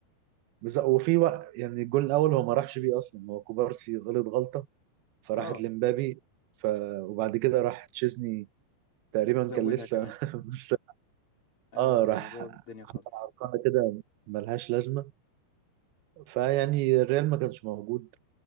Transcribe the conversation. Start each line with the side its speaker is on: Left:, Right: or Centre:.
Right: بس وفي وقت يعني الجول الاول هو ما راحش بيه اصلا هو كوبارسي غلط غلطه فراحت
Left: اه
Right: لمبابي ف وبعد كده راح تشيزني تقريبا
Left: زودها
Right: كان لسه
Left: كمان
Right: <laughs> مست-
Left: اه
Right: اه راح
Left: يعني بوظ الدنيا خالص
Right: قناه كده ملهاش لازمه فيعني الريال ما كانش موجود